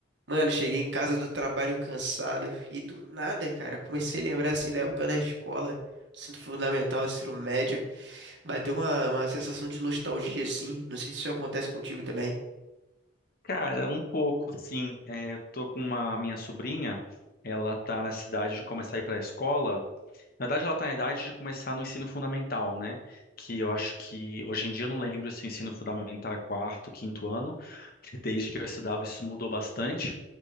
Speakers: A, on the right; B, on the left.
A: Mano, cheguei em casa do trabalho cansado e do nada, cara, comecei a lembrar assim da época da escola, ensino fundamental, ensino médio. Bateu uma, uma sensação de nostalgia assim. Não sei se isso acontece contigo também.
B: Cara, um pouco, sim. É, eu tô com uma minha sobrinha, ela tá na cidade de começar a ir pra escola. Na verdade, ela tá na idade de começar no ensino fundamental, né? Que eu acho que hoje em dia eu não lembro se o ensino fundamental é quarto, quinto ano. <laughs> Desde que eu estudava, isso mudou bastante.